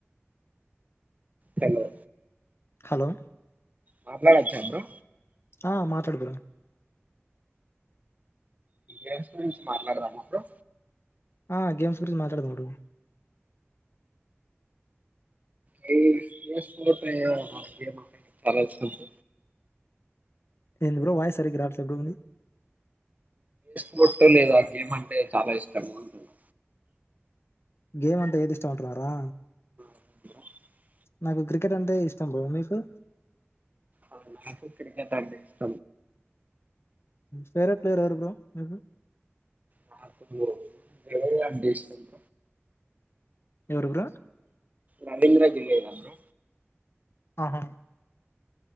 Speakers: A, on the right; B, on the left.
A: హలో
B: హలో
A: మాట్లాడచ్చ బ్రో
B: ఆ మాట్లాడు బ్రో
A: గెమ్స్ గురించి మాట్లాడదామా బ్రో
B: ఆ గేమ్స్ గురించి మాట్లాడదం బ్రో
A: నీకు ఏ <unintelligible> చాలా వస్తుంది బ్రో
B: ఏంది బ్రో వాయిస్ సరిగా రాట్లేదు బ్రో నీది
A: నువ్ <unintelligible> లేదా గేమ్ అంటే చాలా ఇష్టము అంటున్నా
B: గేమ్ అంటే ఏది ఇష్టమంటున్నారా
A: <inaudible>
B: నాకు క్రికెట్ అంటే ఇష్టం బ్రాబ మీకు
A: ఆ నాకు క్రికెట్ అగే ఇష్ట
B: ఫేరట్ ప్లేయర్ యారు బర మీకు
A: నాకువ అండిస్తుంట
B: ఎవరు బ్రో
A: రాజేంద్ర గిరియిరారు
B: ఆహా